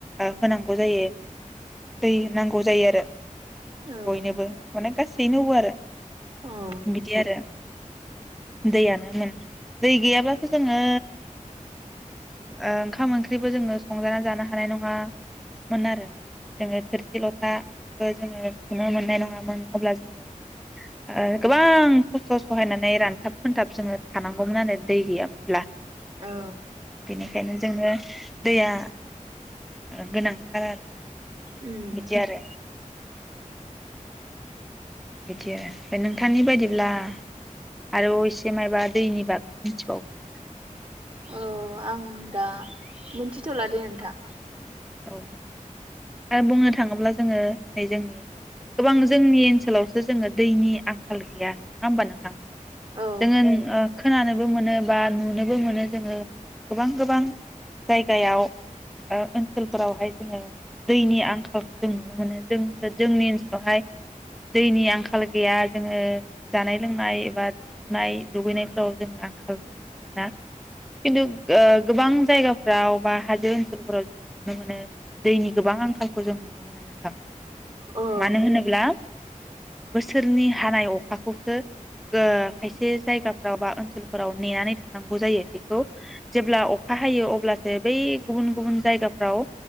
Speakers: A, in the centre; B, on the right (about 40°).
A: होनांगौ जायो। दै नांगौ जायो आरो।
B: औ
A: बयनोबो माने। गासैनोबो आरो।
B: औ
A: बिदि आरो। दैयानो मेन दै गैयाब्लाथो जोंङो ओंखाम ओंख्रिबो जोंङो संजाना जानो हानाय नंङामोन आरो। जोंङो थोरसि लथाखौ जोंङो सुनो मोननाय नङामोन अब्ला जोंङो गोबां खस्थ सहायनानै रानथाब खोनथाब जोंङो थानांगौमोन आरो दै गैयामोनब्ला।
B: औ
A: बेनिखायनो जोंनो दैया। गोनांथार आरो।
B: उम।
A: बिदि आरो बिदि आरो ओमफ्राय नोंथांनि बायदिब्ला। आरो असे मबा दैनि बाग। <unintelligible> मिथिबावगोन नामा?
B: औ आं दा मोनथिथला दे नोंथां।
A: औ आरो बुंनो थाङोब्ला जोंङो नै जोंनि गोबां जोंनि ओनसोलावसो जोंङो दैनि आंखाल गैया नंङा होमबा नोंथां।
B: औ
A: जोङों ओ खोनानोबो मोनो बा नुनोबो मोनो जोंङो गोबां गोबां जायगायाव ओनसोल। फोरावहाय जोंङो दैनि आंखालखौ जों नुनो मोनो जों जोंनि ओनसोलावहाय दैनि आंखाल गैया जोंङो जानाय लोंनाय एबा सुनाय दुगैनायफोराव जोङो आंखालखौ नुनो मोना खिन्थु गोबां जायगाफ्राव बा हाजो ओनसोलफोराव जोंङो। नुनो मोनो दैनि गोबां आंखालखौ जों नुनो मोनो नोंथां।
B: औ
A: मानो होनोब्ला। बोसोरनि हानाय अखाखौसो खायसे जायगाफ्राव बा ओनसोलफोराव नेनानै थानांगौ जायो बेखौ जेब्ला अखा हायो अब्लासो बै गुबुन गुबुन जायगा। फ्राव